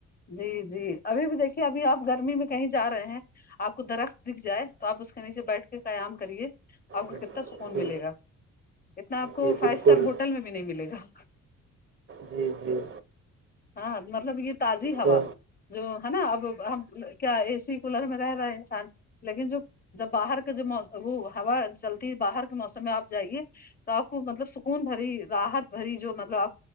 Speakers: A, on the left; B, on the right.
A: جی جی ابھی بھی دیکھیے ابھی آپ گرمی میں کہیں جا رہے ہیں آپ کو درخت دکھ جائے تو آپ اس کے نیچے بیٹھ کے قیام کریے آپ کو
B: جی
A: کتنا سکون
B: جی
A: ملے گا اتنا آپ کو
B: جی
A: فائیو
B: بالکل
A: اسٹار ہوٹل میں بھی نہیں ملے گا
B: جی جی
A: ہاں مطلب یہ تازی ہوا
B: تو
A: جو ہے نا اب ہم کیا اے سی کولر میں رہ رہا ہے انسان لیکن جو جب باہر کا جو مو وہ ہوا چلتی باہر کے موسم میں آپ جائیے تو آپ کو مطلب سکون بھری راحت بھری جو مطلب آپ